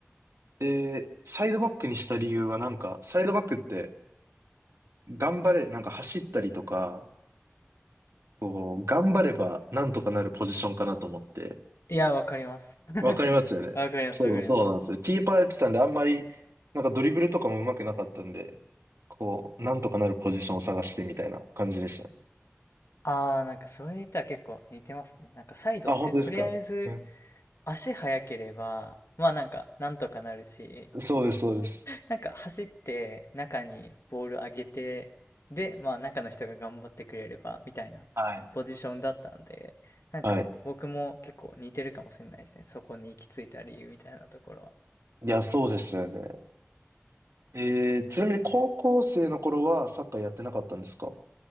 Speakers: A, on the right (about 75°); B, on the left (about 70°).
A: で、サイドバックにした理由はなんか、サイドバックって頑張れ、なんか走ったりとか、こう、頑張ればなんとかなるポジションかなと思って。
B: いや、わかります。<laughs>
A: わかりますよね。
B: わかります、
A: そう、
B: わかります。
A: そうなんですよ。キーパーやってたんで、あんまり、なんかドリブルとかも上手くなかったんで、こう、なんとかなるポジションを探してみたいな感じでしたね。
B: ああ、なんかそれで言ったら結構似てますね。なんかサイドってとりあえず
A: あ、本当ですか。うん。
B: 足速ければ、まあなんか、なんとかなるし、
A: そうです、そうです。
B: なんか走って中にボール上げて、で、まあ中の人が頑張ってくれれば、みたいなポジションだったんで、
A: はい。
B: なんか僕も結構似てるかもしれないですね。
A: はい
B: そこに行き着いた理由みたいなところは。
A: いや、そうですよね。えー、ちなみに高校生の頃はサッカーやってなかったんですか